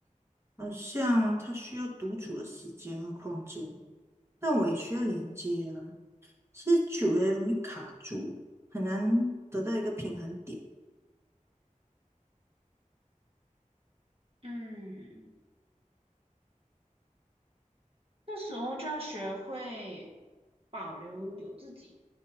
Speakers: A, on the right (about 20°); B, on the right (about 45°).
A: 好像他需要独处的时间和空间，但我也需要连接啊。其实久了容易卡住，很难得到一个平衡点。
B: 嗯。这时候就要学会保留有自己，